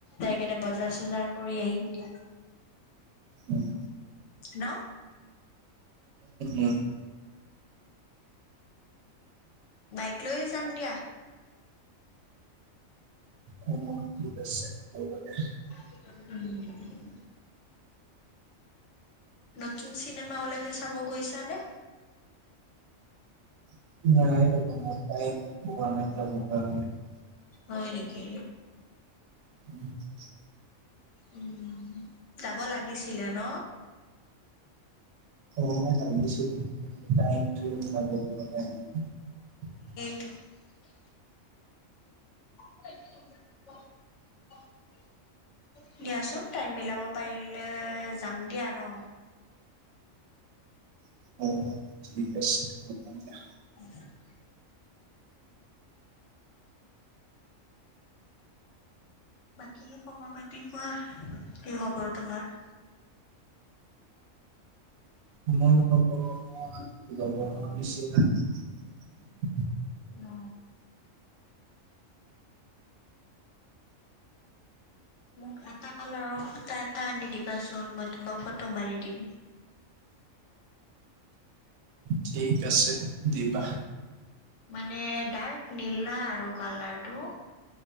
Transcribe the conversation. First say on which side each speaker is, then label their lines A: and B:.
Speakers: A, on the left; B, on the right.
A: যাই কেনে বজাৰ-চজাৰ কৰি আহিম দিয়া।
B: উম
A: ন
B: উম
A: বাইক লৈয়ে যাম দিয়া।
B: <inaudible>
A: উম নতুন চিনেমা ওলাইছে চাব গৈছানে?
B: <inaudible> <inaudible>
A: হয় নেকি?
B: <inaudible>
A: উম, যাব লাগিছিলে ন?
B: <inaudible> <inaudible>
A: <inaudible> <inaudible> দিয়াচোন টাইম মিলাও যাব পাৰিলে যাম দিয়া ন।
B: <inaudible>
A: <inaudible> বাকী খবৰ পাতি কোৱা, কি খবৰ তোমাৰ?
B: <inaudible>
A: উম মোক এটা কালাৰৰ সূতা এটা আনি দিবাচোন মই তোমাক ফটো মাৰি দিম।
B: ঠিক আছে দিবা।
A: মানে ডাৰ্ক নীলা আৰু কালাৰটো।